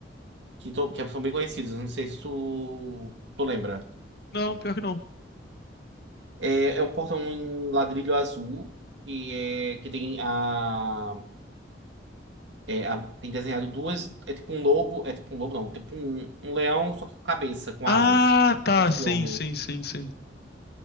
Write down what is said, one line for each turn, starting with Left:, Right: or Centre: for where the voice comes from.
Right: Que, to- que são bem conhecidos. Não sei se tu, tu lembra.
Left: Não, pior que não.
Right: É, é um portão em ladrilho azul que é que tem a, é, a- tem desenhado duas é tipo um lobo é tipo um lobo não tipo um, um leão só que com cabeça com
Left: Ah,
Right: asas
Left: tá,
Right: cabeça
Left: sim,
Right: de homem
Left: sim, sim, sim.